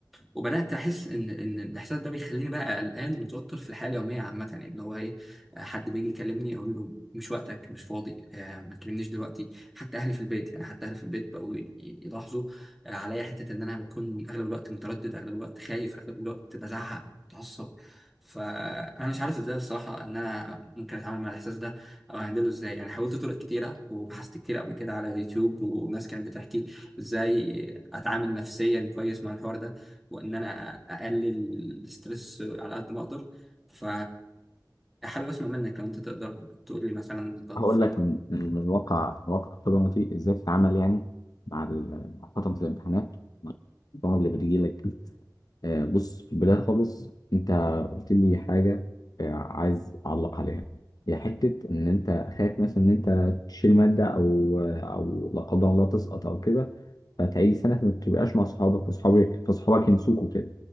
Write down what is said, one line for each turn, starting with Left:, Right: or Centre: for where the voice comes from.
Centre: وبدات احس ان ان الاحساس ده بيخليني بقى قلقان ومتوتر في الحياه اليوميه عامه يعني اللي هو ايه حد بيجي يكلمني اقول له مش وقتك مش فاضي آه، ما تكلمنيش دلوقتي حتى اهلي في البيت يعني حتى اهلي في البيت بقوا ي- يلاحظوا آه، عليا حته ان انا بكون اغلب الوقت متردد اغلب الوقت خايف اغلب الوقت بزعق متعصب فانا مش عارف ازاي الصراحه ان انا ممكن اتعامل مع الاحساس ده او هندله ازاي يعني حاولت طرق كتيره وبحثت كتير قبل كده على اليوتيوب وناس كانت بتحكي ازاي اتعامل نفسيا كويس مع الحوار ده وان انا اقلل الستريس على قد ما اقدر ف حابب اسمع منك لو انت تقدر تقول لي مثلا لو
Left: هقول
Centre: في
Left: لك من من الواقع من واقع خبرتي ازاي تتعامل يعني بعد ال- مع فترة الامتحانات مع الطلبة اللي بتجي لك آه بص في البداية خالص انت قلت لي حاجة آه عايز اعلق عليها هي حتة ان انت خايف مثلا ان انت تشيل مادة او آه، او لا قدر الله تسقط او كده فتعيد السنه فما تبقاش مع صحابك فصحابك فصحابك ينسوك كده